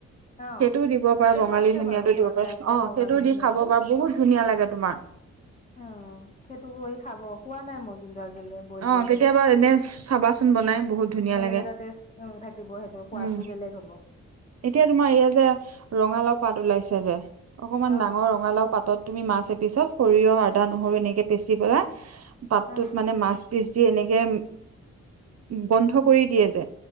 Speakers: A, on the left; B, on the right.
A: অ
B: সেইটোও দিব। পাৰা
A: সেইটো
B: বঙালী
A: আছে
B: ধনিয়াটো
A: বাৰু ঘৰতে
B: দিব পাৰা
A: আছে
B: অ
A: বঙালী
B: সেইটো
A: ধুনীয়া
B: দি খাব
A: টো,
B: পাৰা বহুত ধুনীয়া লাগে তোমাৰ
A: অ', সেইটো কৰি খাব খোৱা নাই মই। <unintelligible> কিন্তু আজিলৈ বইল
B: অ
A: কৰি
B: কেতিয়াবা
A: পেলাই
B: এনে চাবাচোন বনাই বহুত ধুনীয়া
A: বেলেগ
B: লাগে
A: এটা টেষ্ট থাকিব সেইটো সোৱাদটো
B: উম
A: বেলেগ হ'ব
B: এতিয়া তোমাৰ ইয়াত <unintelligible> যে ৰঙালাও পাত ওলাইছে যে। অকনমান
A: অ
B: ডাঙৰ ৰঙালাও পাতত তুমি মাছ তাৰ পিছত সৰিয়হ আদা নহৰু এনেকে পিচি পেলাই পাতটোত
A: অ
B: মানে মাছ পিচ দি এনেকে, বন্ধ কৰি দিয়ে যে